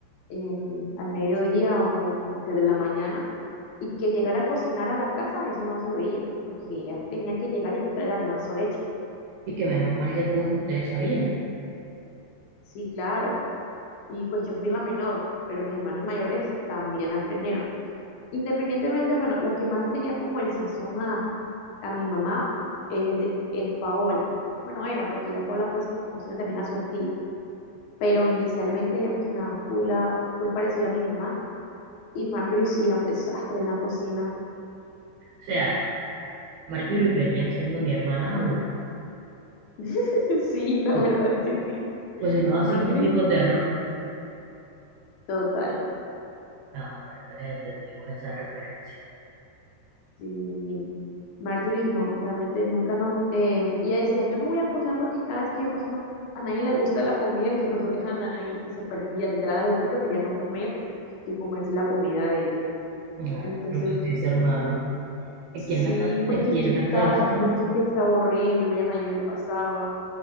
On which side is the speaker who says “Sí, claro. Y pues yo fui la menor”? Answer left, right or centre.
Left